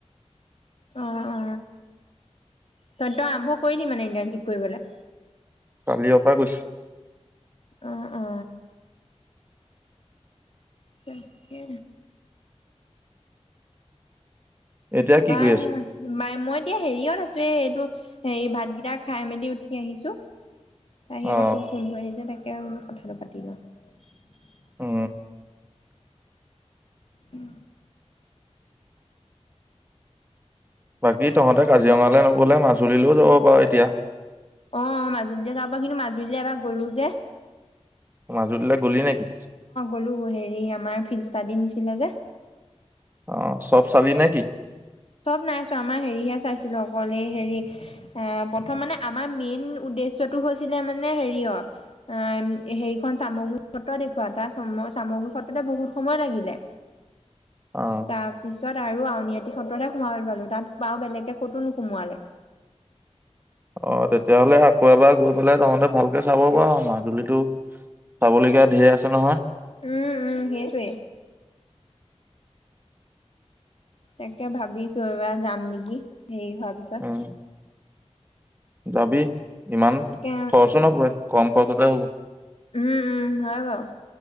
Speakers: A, on the left; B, on the right.
A: অ অ ত তই আৰম্ভ কৰিলি মানে ইণ্টাৰ্ণশ্বিপ কৰিবলৈ
B: কালি পৰা কৈছো
A: অ উ তাকে
B: এতিয়া কি
A: বাৰ
B: কৰি আছো
A: ম মই এতিয়া হেৰিয়ত আছো এ এইটো হেৰি ভাতগেইটা খাই মেলি উঠি আহিছো ত আহি আকৌ
B: অ
A: তোৰ ফোনটো আহিছে তাকে কে মই কথাটো পাতি লওঁ
B: অ
A: উম
B: বাকী তহঁতে কাজিৰঙালৈ নগলে মাজুলীলৈও যাব পাৰ এতিয়া
A: অ মাজুলীলৈ যা পা কিন্তু মাজুলীলৈ এবাৰ গলো যে অ
B: মাজুলীলৈ গ'লি নেকি
A: গলো হেৰি আমাৰ ফ ত দি নিছিলে যে
B: অ চব চালি নে কিি
A: চব নাই চো আমাৰ হেৰিহে চাইছিলো অকলে হেৰি এ প্ৰথম মানে আমাৰ মেইন উদ্দেশ্যয়টো হৈছিলে মানে হেৰিয়ৰ আহ হেৰিখন চামগ্ৰী সত্ৰ দেখুওৱা এটা চামগ্ৰী সত্ৰতে বহুত সময় লাগিলে
B: অ
A: তাৰ পিছত আৰু আউনীআটি স্ৰদায় সোমল পালো তাত বাও বেলেগে ক'তো নোসোমোৱালে
B: অ তেতিয়াহ'লে আকৌ এবাৰ গৈ পেলাই তহঁতে ভালকে চাব পাৰ মাজুলীতটো চাবলগীয়া ধঢেৰ আছে নহয়
A: উম উম হেইি তাকে ভাবিছো এইবাৰ যাম নেকি হেৰি হোৱাৰ পিছত
B: উম যাবি ইমান
A: তাকে
B: খৰচো নপৰে কম কৰছতে হ'ব
A: উম উম হয় বাৰু